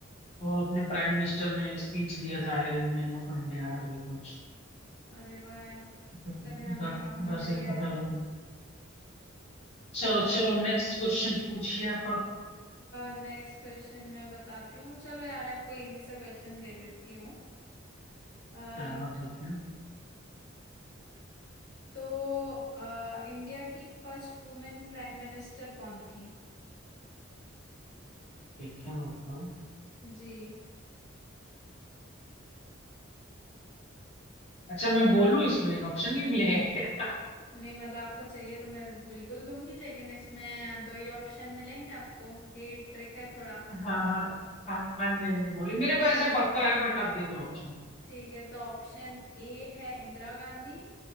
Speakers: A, on the left; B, on the left.
A: वो अपने प्राइम मिनिस्टर ने स्पीच दिया था आयरन मैन ऑफ इंडिया करके कुछ
B: अरे वाह यार
A: तो
B: इतना ध्यान
A: उधर
B: रखना आपने
A: उधर
B: बढ़िया
A: से ही पता
B: है
A: लगा चलो चलो नेक्स्ट क्वेश्चन पूछिए आप अब
B: नेक्स्ट क्वेश्चन मैं बताती हूँ चलो यार आपको इजी सा क्वेश्चन दे देती हूँ अ,
A: चलो ठीक है
B: तो अ, इंडिया की फर्स्ट वुमेन प्राइम मिनिस्टर कौन थी
A: ठीक है बिल्कुल
B: जी
A: अच्छा मैं बोलूं इसमें ऑप्शन नहीं मिलेगा क्या <laughs>
B: नहीं मतलब आपको चाहिए तो मैं बिल्कुल दूंगी लेकिन इसमें दो ही ऑप्शन मिलेंगे आपको यही ट्रिक है थोड़ा
A: हाँ हाँ हाँ हाँ जी हाँ जी बोलिए मेरे को ऐसे पता है बट आप दे दो ऑप्शन
B: ठीक है तो ऑप्शन ए है इंदिरा गांधी